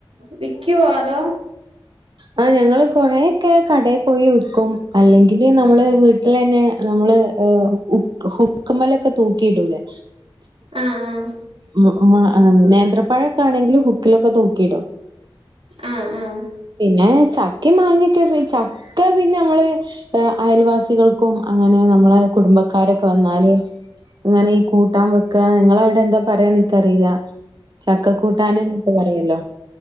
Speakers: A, on the right (about 75°); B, on the right (about 50°).
A: വിക്കുവോ അതോ
B: ആ ഞങ്ങള് കൊറയൊക്കെ കടയി പോയി വിക്കും അല്ലെങ്കില് നമ്മള് വീട്ടിലാന്നെ നമ്മള് ഓ ഹു ഹുക്ക്മലൊക്കെ തൂക്കിട്ടൂലേ
A: ആഹ്
B: ഉം ഉം ആം നേന്ത്രപ്പഴൊക്കെ ആണെങ്കിലും ഹുക്കിലൊക്കെ തുക്കിടും
A: ആഹ് ആഹ്
B: പിന്നെ ചക്കെ മാങ്ങക്കെ ചക്ക പിന്നെ നമ്മള് ള് അയൽവാസികൾക്കും അങ്ങനെ നമ്മളെ കുടുംബക്കാരൊക്കെ വന്നാല് അങ്ങനെ ഈ കൂട്ടാൻ വെക്കാ നിങ്ങടെ അവിടെ എന്താ പറയാ എനിക്കറിയില്ല ചക്കക്കൂട്ടാന് എന്നൊക്കെ പറയല്ലോ